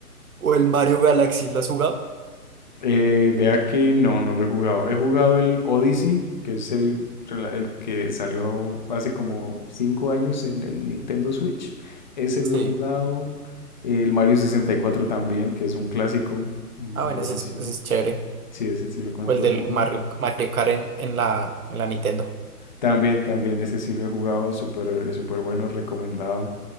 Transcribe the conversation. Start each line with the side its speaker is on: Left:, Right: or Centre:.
Right: ¿O el Mario Galaxy? ¿Lo has jugado?
Left: Eh, vea que no, no lo he jugado. He jugado el Odyssey, que es el, rela- el que salió hace como 5 años en, en Nintendo Switch. Ese lo
Right: Sí.
Left: he jugado. El Mario sesenta y cuatro también, que es un clásico. mm,
Right: Ah, bueno,
Left: Buenísimo.
Right: ese es, ese es chévere.
Left: Sí, ese sí lo conoce
Right: O el
Left: todo
Right: del
Left: el mundo.
Right: Mario, Mario Kart en, en la, en la Nintendo.
Left: También, también, ese sí lo he jugado. Súper, súper bueno, recomendado.